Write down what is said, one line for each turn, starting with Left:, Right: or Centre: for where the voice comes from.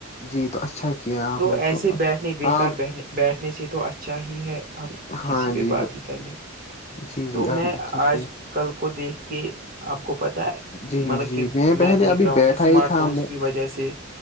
Left: جی تو اچھا کیا آپ
Right: تو
Left: نے
Right: ایسے بیٹھنے بےیکار
Left: آپ
Right: بہنے بیٹھنے سے تو اچھا ہی ہے ہم
Left: ہاں
Right: کسی پہ
Left: جی
Right: بات
Left: ب-
Right: ہی کرنے
Left: جی جی
Right: تو
Left: آپ
Right: میں
Left: نے اچھا
Right: آج
Left: کیا
Right: کل کو دیکھ کے آپ کو پتا ہے
Left: جی
Right: مطلب
Left: جی
Right: کہ
Left: پہلے
Right: میں دیکھ
Left: ابھی
Right: رہا ہوں
Left: بیٹھا
Right: کہ اسمارٹ
Left: ہی تھا
Right: فونس
Left: میں
Right: کی وجہ سے